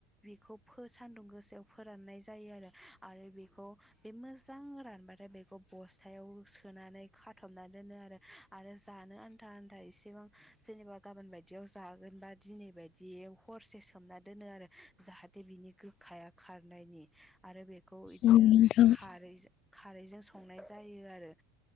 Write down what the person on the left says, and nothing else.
औ नोंथां उम